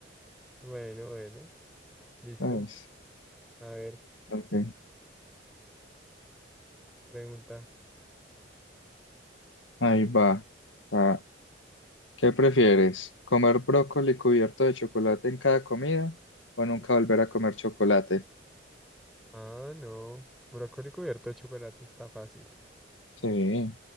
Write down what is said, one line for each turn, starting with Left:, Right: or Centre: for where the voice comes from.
Centre: Bueno, bueno, listo.
Left: pues.
Centre: A ver,
Left: Ok,
Centre: pregunta.
Left: Ahí va. Ah, ¿qué prefieres? ¿Comer brócoli cubierto de chocolate en cada comida o nunca volver a comer chocolate?
Centre: Ah, no. Brócoli cubierto de chocolate está fácil,
Left: Sí,